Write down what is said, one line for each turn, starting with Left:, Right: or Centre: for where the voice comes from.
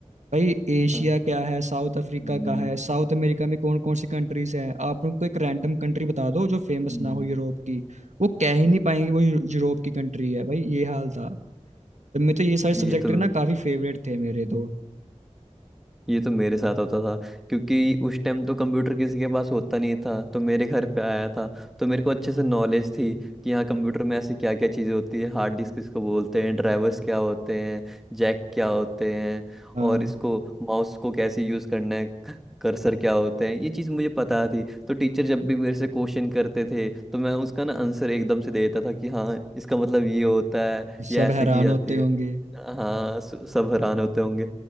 Right: भाई एशिया
Centre: हाँ,
Right: क्या है साउथ अफ्रीका
Centre: हम्म,
Right: का है साउथ अमेरिका में कौन कौन सी कंट्रीज हैं आप उनको एक रैंडम कंट्री बता दो जो फेमस
Centre: हम्म,
Right: ना हो यूरोप की वो कह ही नहीं पाएंगे वो यू- यूरोप की कंट्री है भाई ये हाल था तो मैं तो ये सारे
Centre: ये
Right: सब्जेक्ट
Centre: तो
Right: ना काफी फेवरेट थे मेरे
Centre: मैं
Right: तो
Centre: ये तो मेरे साथ होता था क्योंकि उस टाइम तो कंप्यूटर किसी के पास होता नहीं था तो मेरे घर पे आया था तो मेरे को अच्छे
Right: हम्म।
Centre: से नॉलेज थी कि हाँ कंप्यूटर में ऐसी क्या क्या चीज़ें होती है हार्ड डिस्क किसको बोलते हैं ड्राइवर्स क्या होते हैं जैक क्या होते हैं
Right: हाँ
Centre: और इसको माउस को कैसे यूज़ करना है कर्सर क्या होते हैं ये चीज़ मुझे पता थी तो टीचर जब भी मेरे से क्वेश्चन करते थे तो मैं उसका ना आंसर एकदम से दे देता था कि हाँ इसका मतलब ये होता है ये
Right: सब
Centre: ऐसे
Right: हैरान
Centre: की जाती
Right: होते
Centre: है
Right: होंगे
Centre: हाँ सु- सब हैरान होते होंगे